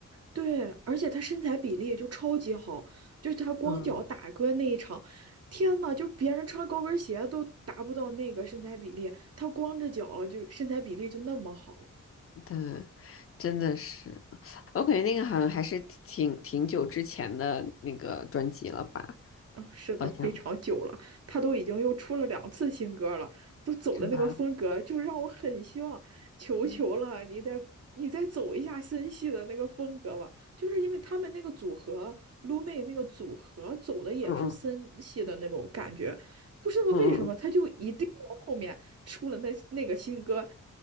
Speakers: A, on the right; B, on the left.
A: 对，而且他身材比例就超级好，就是他光脚打歌那一场，
B: 嗯，
A: 天呐，就是别人穿高跟鞋都达不到那个身材比例，他光着脚就身材比例就那么好。
B: 对，真的是，我感觉那个好像还是挺挺久之前的那个专辑了吧，
A: 嗯，是的，
B: 好像
A: 非常久了，他都已经又出了两次新歌了，都走了那个风格，
B: 是吧？
A: 就是让我很希望，求求了，
B: 嗯
A: 你再你再走一下森系的那个风格吧，就是因为他们那个组合撸妹那个组合走的也是森系的那种感觉，
B: 嗯
A: 不知道为什么他就一定要后面出了那那个新歌，
B: 嗯嗯嗯。